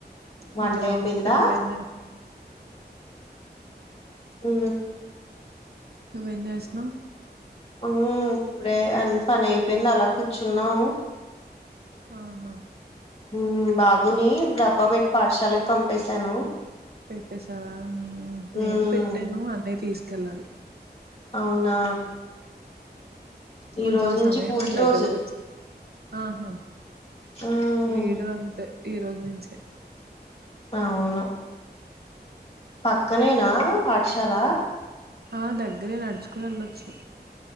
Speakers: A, on the right; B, on the left.
A: నువ్వెలా
B: వంట అయిపోయిందా
A: ఉన్నావు పిల్లలు ఏం చేస్తు
B: ఊ
A: నువ్వేం చేస్తున్నావ్
B: ఉ ఇప్పుడే అన్ పనయిపోయింది అలా కూర్చున్నాం
A: అహ
B: ఉ బాబుని డబ్బా పెట్టి పాఠశాలకు పంపేశాను
A: పెట్టేసావా
B: ఉమ్
A: నేను పెట్టాను అన్నయ తీసుకెళ్ళాలి
B: అవునా ఈ
A: కొంచెం
B: రోజు
A: ఆ
B: నుంచి
A: సమయం
B: పూర్తి
A: అని దగ్గరకు
B: రోజు
A: వచ్చా ఆహా
B: ఉమ్
A: వీడు అంతే ఈ రోజు నుంచే
B: అవును పక్కనేనా పాఠశాల
A: ఆ దగ్గరే నడుచుకుని వెళ్ళొచ్చు